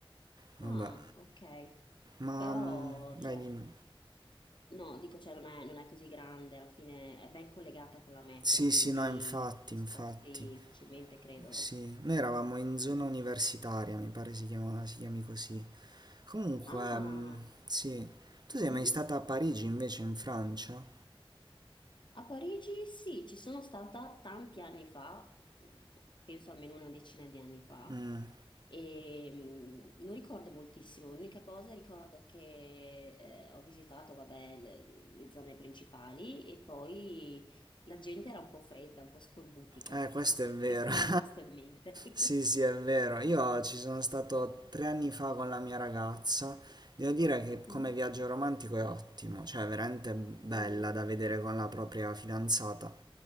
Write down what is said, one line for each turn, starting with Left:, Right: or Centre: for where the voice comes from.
Right: Vabbè,
Left: ah, ok.
Right: ma
Left: Però,
Right: mm,
Left: cioè,
Right: vai dimmi.
Left: No, dico, cioè, non è, non è così grande, alla fine è ben collegata con la metro,
Right: Sì,
Left: quindi
Right: sì, no, infatti,
Left: ti
Right: infatti.
Left: sposti facilmente, credo,
Right: Sì,
Left: no?
Right: noi eravamo in zona
Left: Mm.
Right: universitaria, mi pare si chiama, si chiami così. Comunque,
Left: Ah,
Right: mm, sì. Tu sei
Left: mhm.
Right: mai stata a Parigi invece, in Francia?
Left: A Parigi sì, ci sono stata tanti anni fa, mm, penso almeno una decina di anni fa,
Right: Mm,
Left: e mm, non ricordo moltissimo, l'unica cosa ricordo che eh, ho visitato, vabbè, le, le zone principali e poi la gente era un po' fredda, un po' scorbutica,
Right: Eh,
Left: ecco,
Right: questo è vero.
Left: <laughs> questo mi
Right: <laughs>
Left: è rimasto in mente. <laughs>
Right: Sì, sì, è vero. Io ci sono stato tre anni fa con la mia ragazza. Devo dire che come
Left: Mm,
Right: viaggio romantico è ottimo, cioè è veramente bella
Left: mm,
Right: da vedere con la propria fidanzata.